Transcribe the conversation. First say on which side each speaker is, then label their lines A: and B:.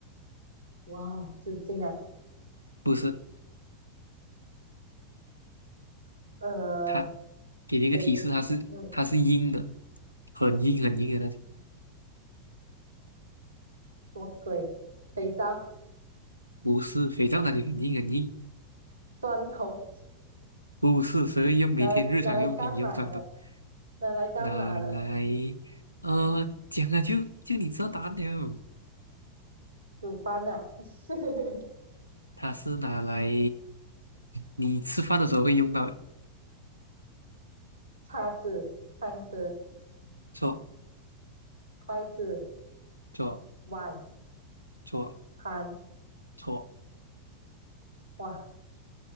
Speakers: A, on the right (about 80°); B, on the left (about 80°).
A: 哇哦，纸巾啊，
B: 不是。
A: 呃，
B: 它给你一个提示，
A: 肥，
B: 它是它是硬的，
A: 嗯，
B: 很硬很硬的那种，
A: 什么鬼？肥皂、
B: 不是肥皂那里很硬很硬，
A: 砖头，
B: 不是所以用每天日常用品用到的，
A: 拿来拿来干嘛的？拿来干嘛的？
B: 拿来呃讲了就就你知道答案了，
A: 煮饭呐、啊，<laughs>
B: 它是拿来你吃饭的时候会用到的，
A: 叉子、汤匙、
B: 错
A: 筷子、
B: 错
A: 碗、
B: 错
A: 盘，
B: 错，
A: 哇，